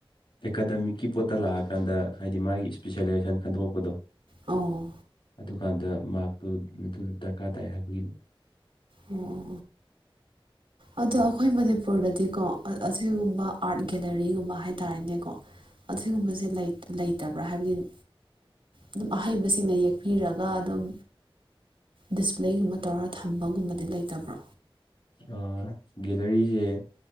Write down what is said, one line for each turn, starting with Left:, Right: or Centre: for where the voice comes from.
Left: ꯑꯦꯀꯥꯗꯃꯤꯛꯀꯤ ꯄꯣꯠꯇ ꯂꯥꯛꯑꯀꯥꯟꯗ ꯍꯥꯏꯗꯤ ꯃꯥꯒꯤ ꯏꯁꯄꯤꯁꯦꯂꯥꯏꯖꯦꯁꯟ ꯈꯟꯗꯣꯛꯄꯗꯣ
Right: ꯑꯣ
Left: ꯑꯗꯨꯀꯥꯟꯗ ꯃꯥꯛꯇꯨ ꯑꯗꯨꯗ ꯗꯔꯀꯥꯔ ꯇꯥꯏ ꯍꯥꯏꯕꯒꯤꯅꯤ
Right: ꯑꯣ ꯑꯣ ꯑꯣ ꯑꯗꯣ ꯑꯩꯈꯣꯏ ꯃꯅꯤꯄꯨꯔꯗꯗꯤꯀꯣ ꯑꯁꯤꯒꯨꯝꯕ ꯑꯥꯔꯠ ꯒꯦꯂꯔꯤꯒꯨꯝꯕ ꯍꯥꯏꯇꯥꯔꯦꯅꯦꯀꯣ ꯑꯗꯨꯒꯒꯨꯝꯕꯁꯦ ꯂꯩꯇꯕ꯭ꯔꯥ ꯍꯥꯏꯕꯗꯤ ꯑꯗꯨꯝ ꯑꯍꯩꯕꯁꯤꯡꯅ ꯌꯦ ꯍꯥꯞꯄꯤꯔꯒ ꯑꯗꯨꯝ ꯗꯤꯁꯄ꯭ꯂꯦꯒꯨꯝꯕ ꯇꯧꯔꯒ ꯊꯝꯕꯒꯨꯝꯕꯗꯤ ꯂꯩꯇꯕ꯭ꯔꯣ
Left: ꯑ ꯒꯦꯂꯔꯤꯁꯦ